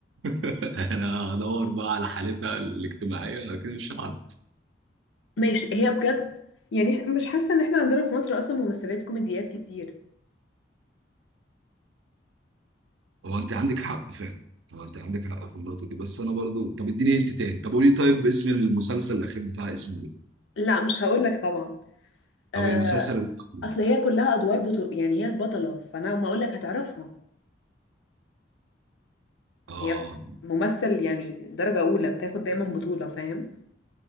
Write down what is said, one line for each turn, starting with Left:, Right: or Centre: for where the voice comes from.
Right: <laughs> انا هدور بقى على حالتها الاجتماعية لكن مش عارف
Left: ماشي هي بجد يعني إح- مش حاسة ان احنا عندنا في مصر اصلا ممثلات كوميديات كتير
Right: هو انت عندك حق فعلا هو انت عندك حق في النقطة دي بس انا برضو طب اديني هنت تاني طب قولي طيب اسم المسلسل الأخير بتاع اسمه ايه؟
Left: لا مش هقول لك طبعا
Right: طب
Left: آه،
Right: المسلسل الأول
Left: اصل هي كلها ادوار بطل يعني هي البطلة فانا ما اقول لك هتعرفها
Right: اه
Left: هي ممثل يعني درجة اولى بتاخد دايما بطولة فاهم